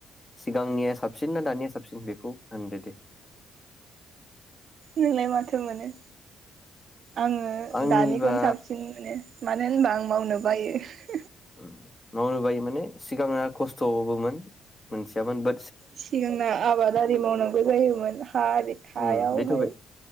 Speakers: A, on the left; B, on the right.
A: सिगांनिया साबसिन ना दानिया साबसिन बेखौ होनदो दे।
B: नोंलाय माथो मोनो? आङो
A: आंनिबा
B: दानिखौनो साबसिन मोनो मानो होनबा आं मावनो बायो।
A: उम मावनो बायो माने सिगाङा खस्थबोमोन मोनथियाबो मोन
B: सिगांना आबादारि मावनांगौ जायोमोन हाआरि हायावहाय।
A: उम बेथ' बे